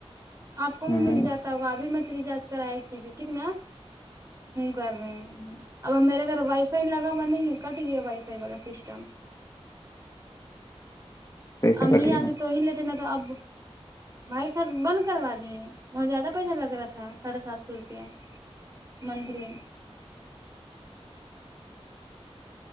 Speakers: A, on the right (about 30°); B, on the left (about 35°).
A: آپ
B: ہیں
A: کو بھی مل
B: ہوں
A: جاتا تو بھی مچلی جانچ کرایا کیجیے ٹھیک نا
B: <inaudible>
A: ہوں کر رہے ہیں اب اب میرے گھر وائی فائی لگا ہوا نہیں ہے کٹ گیا وائی فائی والا سسٹم
B: کیسے
A: امی
B: کٹ گیا
A: آتی تو ہی لیتے ن تو اب بھائی خ بند کروا دیے بہت زیادہ پیسہ لگ رہا تھا ساڑھے سات سو روپیہ منتلی